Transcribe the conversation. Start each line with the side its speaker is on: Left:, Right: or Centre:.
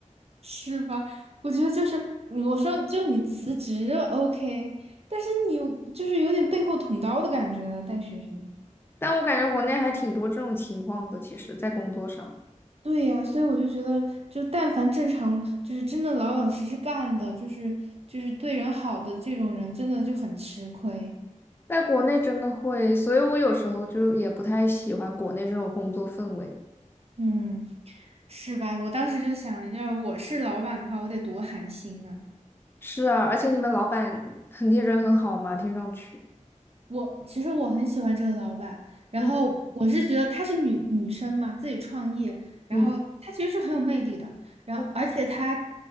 Right: 是吧？我觉得就是你我说就你辞职 OK，但是你就是有点背后捅刀的感觉了，带学生。
Left: 但我感觉国内还挺多这种情况的，其实，在工作上，
Right: 对呀，所以我就觉得，就但凡正常，就是真的老老实实干的，就是就是对人好的这种人，真的就很吃亏。
Left: 在国内真的会，所以我有时候就也不太喜欢国内这种工作氛围。
Right: 嗯，是吧？我当时就想，要我是老板的话，我得多寒心啊。
Left: 是啊，而且你们老板肯定人很好嘛，听上去。
Right: 我其实我很喜欢这个老板，然后我是觉得她是女女生嘛，
Left: 嗯
Right: 自己创业，然后她其实是很有魅力的，
Left: 嗯
Right: 然后而且她
Left: 嗯